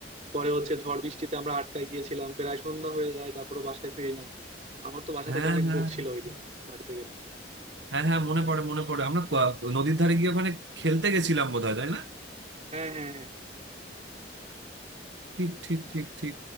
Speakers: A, on the right; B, on the right.
A: পরে হচ্ছে ঝড় বৃষ্টিতে আমরা আটকায় গিয়েছিলাম প্রায় সন্ধ্যা হয়ে যায় তারপরে বাসায় ফিরি না আমার তো বাসা
B: হ্যাঁ
A: থেকে অনেক
B: হ্যাঁ
A: বক ছিল ওই দিন বাড়িতে গেলে
B: হ্যাঁ হ্যাঁ মনে পড়ে মনে পড়ে আমরা ক- নদীর ধারে গিয়ে ওখানে খেলতে গেছিলাম বোধহয় তাই না
A: হ্যাঁ হ্যাঁ হ্যাঁ
B: ঠিক ঠিক ঠিক ঠিক